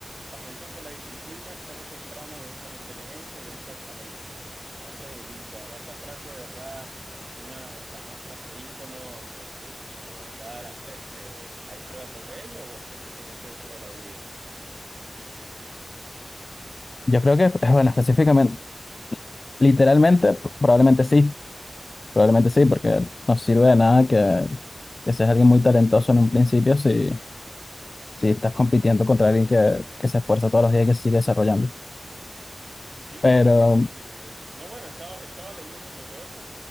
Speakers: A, on the right; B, on the left.
A: Chamo, dicen que la disciplina tarde o temprano vence a la inteligencia y vence al talento. No sé, dim- ¿será esa frase de verdad una, o sea, una frase ícono que, se- que de verdad la- este, hay pruebas sobre ello o es que simplemente es pura habladuría?
B: Yo creo que, eh, bueno, específicamente, literalmente, p- probablemente sí, probablemente sí, porque no sirve de nada que, que seas alguien muy talentoso en un principio si, si estás compitiendo contra alguien que, que se esfuerza todos los días y que se sigue desarrollando.
A: Sí,
B: Pero
A: sí, fíjate. que- no, bueno, estaba, estaba leyendo sobre eso